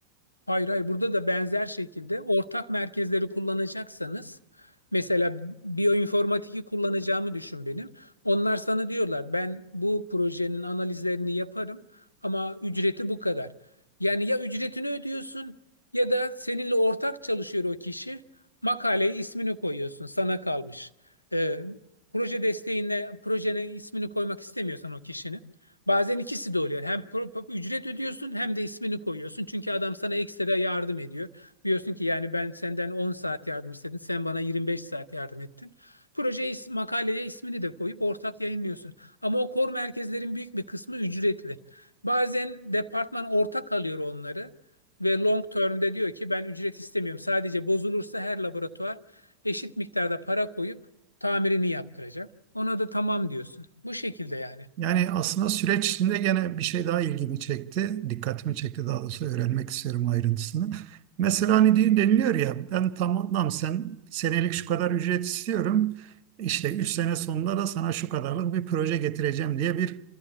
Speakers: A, on the left; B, on the right.
A: Hayır hayır burada da benzer şekilde ortak merkezleri kullanacaksanız mesela biyoinformatik'i kullanacağımı düşün benim. Onlar sana diyorlar ben bu projenin analizlerini yaparım ama ücreti bu kadar. Yani ya ücretini ödüyorsun ya da seninle ortak çalışıyor o kişi makaleye ismini koyuyorsun sana kalmış. Ee, proje desteğine projene ismini koymak istemiyorsan o kişinin Bazen ikisi de oluyor. Hem pro- pro- ücret ödüyorsun hem de ismini koyuyorsun. Çünkü adam sana ekstra yardım ediyor. Diyorsun ki yani ben senden 10 saat yardım istedim. Sen bana 25 saat yardım ettin. Projeye, is- makaleye ismini de koyup ortak yayınlıyorsun. Ama o kor merkezlerin büyük bir kısmı ücretli. Bazen departman ortak alıyor onları ve long term'de diyor ki ben ücret istemiyorum. Sadece bozulursa her laboratuvar eşit miktarda para koyup tamirini yaptıracak. Ona da tamam diyorsun. Bu şekilde yani.
B: Yani aslında süreç içinde gene bir şey daha ilgimi çekti. Dikkatimi çekti daha doğrusu öğrenmek istiyorum ayrıntısını. Mesela hani diye deniliyor ya ben tamam sen senelik şu kadar ücret istiyorum. İşte 3 sene sonunda da sana şu kadarlık bir proje getireceğim diye bir